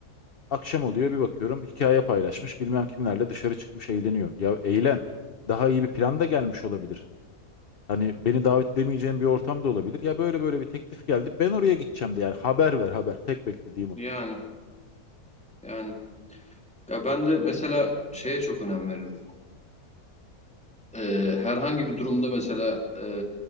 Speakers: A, on the left; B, in the centre.
A: akşam oluyor bir bakıyorum hikaye paylaşmış bilmem kimlerle dışarı çıkmış eğleniyor. Ya eğlen daha iyi bir plan da gelmiş olabilir. Hani beni davet edemeyeceğim bir ortam da olabilir. Ya böyle böyle bir teklif geldi ben oraya gideceğim de yani haber ver haber tek beklediğim o.
B: Yani yani. Ya ben de mesela şeye çok önem veririm. e, herhangi bir durumda mesela e,